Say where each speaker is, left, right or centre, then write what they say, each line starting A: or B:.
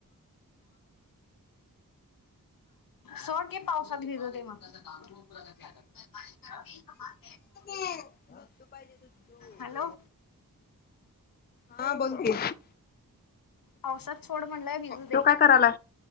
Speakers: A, on the left; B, on the left.
A: सोडकी पावसात भिजते म <unintelligible>
B: दुधू पाहिजे दुधू
A: हॅलो
B: <unintelligible> हा बोलते
A: पावसात सोड म्हणलंय भिजू दे
B: तो काय करायला